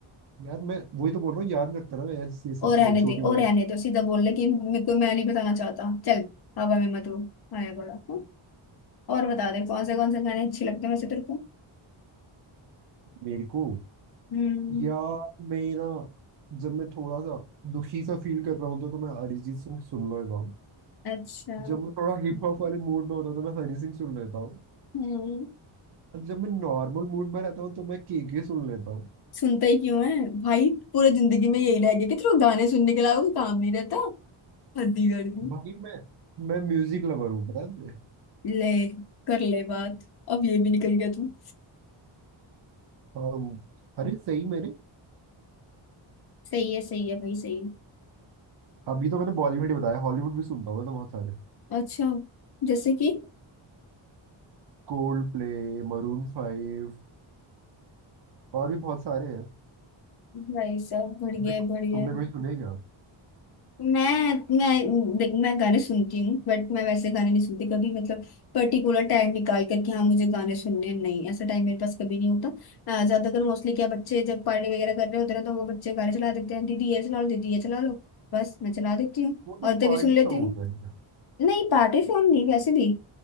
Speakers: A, on the right (about 55°); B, on the left (about 50°).
A: यार मैं वही तो बोल रहा हूँ याद नहीं रखता ना मैं यार ये सब
B: ओ
A: चीजें
B: रहने
A: छोटी
B: दे
A: मोटी
B: ओ रहने दो सीधा बोलने की मेरे को मैं नहीं बताना चाहता चल हवा में मत उड़ आया बड़ा हूँ। और बता दे कौन से कौन से गाने अच्छे लगते हैं वैसे तेरे को
A: मेरे को
B: हम्म
A: यार मैं ना जब मैं थोड़ा सा दुखी सा फील कर रहा हूँ तो, तो मैं अरिजीत सिंह सुन लेता हूँ
B: अच्छा
A: जब मैं थोड़ा हिप हॉप वाले मूड में होता हूँ तो मैं हनी सिंह सुन लेता हूँ
B: हम्म
A: और जब मैं नॉर्मल मूड में रहता हूँ तो मैं के सुन लेता हूँ
B: सुनता ही क्यों है भाई पूरे जिंदगी में यही रह गया कि तेरे को गाने सुनने के अलावा कोई काम नहीं रहता हद्दी कर दी
A: भाई मैं मैं म्यूजिक लवर हूँ पता है तुझे?
B: ले कर ले बात अब ये भी निकल गया तू
A: हाँ अरे सही मेरे
B: सही है सही है भाई सही है
A: अभी तो मैंने बॉलीवुड ही बताया हॉलीवुड भी सुनता हूँ मैं तो बहुत सारे
B: अच्छा जैसे कि
A: कोल्ड प्ले मरून फाइव और भी बहुत सारे हैं
B: भाई साहब बढ़िया
A: तुमने
B: है बढ़िया
A: तुमने
B: है
A: कोई सुने क्या
B: मैं मैं देख मैं गाने सुनती हूँ बट मैं वैसे गाने नहीं सुनती कभी मतलब पर्टिकुलर टाइम निकाल कर कि हाँ मुझे गाने सुनने हैं, नहीं ऐसा टाइम मेरे पास कभी नहीं होता अ, ज्यादातर मोस्टली क्या बच्चे जब पार्टी वगैरह कर रहे होते हैं तो वो बच्चे गाने चला देते हैं दीदी ये चला लो दीदी ये चला लो बस मैं चला देती हूँ
A: वो
B: और
A: तो
B: तभी
A: पार्टी
B: सुन लेती
A: सॉन्ग
B: हूँ
A: होते हैं
B: नहीं पार्टी सॉन्ग नहीं वैसे भी